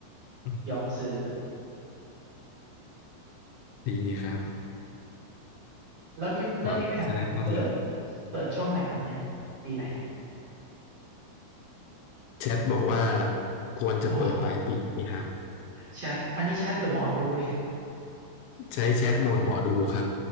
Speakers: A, on the left; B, on the right.
A: อืม
B: ยอมซื้อ
A: ดีครับ
B: แล้วนี่เริ่มมีแผนเปิด
A: หวังว่าจะได้ต้อนรับ
B: เปิดช่วงไหนครับเนี่ยปีไหน
A: แชทบอกว่าควรจะเปิดปลายปีนี้ครับ
B: โอ้แชทอันนี้แชทหรือหมอดูเนี่ย
A: ใช้แชทโหมดหมอดูครับ